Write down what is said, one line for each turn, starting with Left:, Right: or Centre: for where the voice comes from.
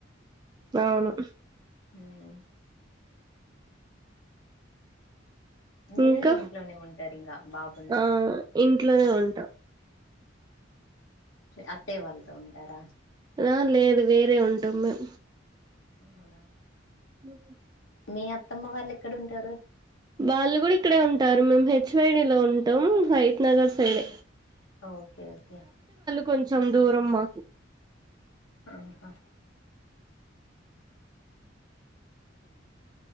Right: అవును
Left: ఉమ్, మీరు
Right: ఇంకా
Left: ఇంట్లోనే ఉంటారు ఇంకా బాబుని చూసుకుంటారు
Right: ఆ ఇంట్లోనే ఉంటాం
Left: అత్తయ్య వాళ్ళతో ఉంటారా
Right: ఆ లేదు వేరే ఉంటాం మేం
Left: అవునా
Right: హ్మ్
Left: మీ అత్తమ్మ వాళ్ళు ఎక్కడుంటారు?
Right: వాళ్ళు కూడా ఇక్కడే ఉంటారు. మేము హెచ్ వైడి లో ఉంటాం Hayathnagar side
Left: okay okay
Right: కొంచెం దూరం మాకు
Left: ఆహా